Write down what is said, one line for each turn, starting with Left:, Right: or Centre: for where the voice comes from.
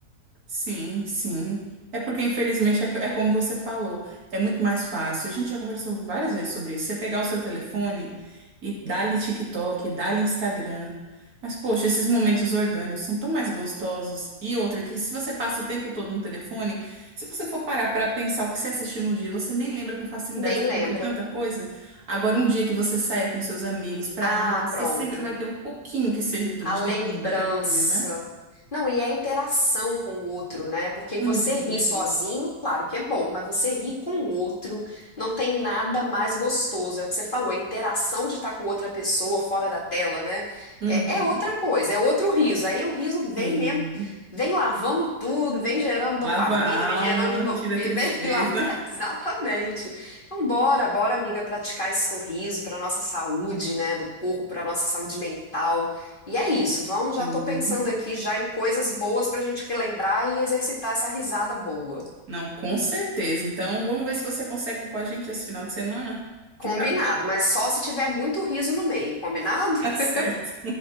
Right: Sim, sim. É porque, infelizmente, é que- é como você falou, é muito mais fácil. A gente já conversou várias vezes sobre isso. Você pegar o seu telefone e dá-lhe TikTok, dá-lhe Instagram. Mas, poxa, esses momentos orgânicos são tão mais gostosos. E outra, que se você passa o tempo todo no telefone, se você for parar para pensar o que você assistiu no dia, você nem lembra com facilidade,
Left: Nem
Right: porque
Left: lembra.
Right: foi tanta coisa. Agora, um dia que você saia com seus amigos para
Left: Ah,
Right: rir, você
Left: pronto.
Right: sempre vai ter um pouquinho que seja de
Left: a lembrança.
Right: lembrança daquele dia, né?
Left: Não, e é a interação com o outro, né? Porque
Right: Uhum.
Left: você ri sozinho, claro que é bom, mas você ri com o outro, não tem nada mais gostoso. É o que você falou, a interação de estar com outra pessoa fora da tela, né?
Right: Uhum.
Left: É, é outra coisa, é outro riso. Aí o riso vem
Right: Sim.
Left: mesmo, vem lavando tudo, vem gerando dopamina,
Right: Lava a
Left: vem
Right: alma,
Left: gerando endorfina,
Right: tira a tristeza.
Left: vem lá. <laughs> Exatamente. Então, bora, bora, amiga, praticar esse sorriso para nossa saúde, né? Do corpo, para nossa saúde mental. E é isso, vamos,
Right: Sim.
Left: já tô pensando aqui já em coisas boas pra gente relembrar e exercitar essa risada boa.
Right: Não, com certeza. Então, vamos ver se você consegue ir com a gente esse final de semana.
Left: Combinado,
Right: Que tal?
Left: mas só se tiver muito riso no meio, combinado?
Right: <laughs> Tá certo.
Left: <laughs>